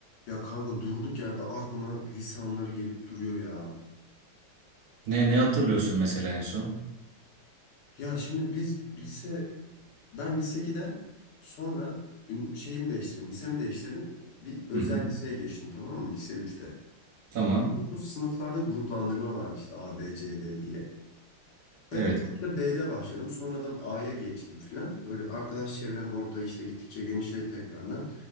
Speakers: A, on the left (about 75°); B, on the right (about 70°).
A: Ya kanka durduk yerde aklıma lise anıları gelip duruyor ya.
B: Ne ne hatırlıyorsun mesela en son?
A: Ya şimdi biz lise, ben lise 2'den sonra ün- şeyimi değiştirdim, lisemi değiştirdim. Bir özel
B: Hı hı.
A: liseye geçtim tamam mı? Lise üçte.
B: Tamam.
A: Bu sınıflarda gruplandırma vardı işte A, B, C, D diye. Ben
B: Evet.
A: ilk başta B'de başladım. Sonradan A'ya geçtim filan. Öyle arkadaş çevrem orada işte gittikçe genişledi tekrardan.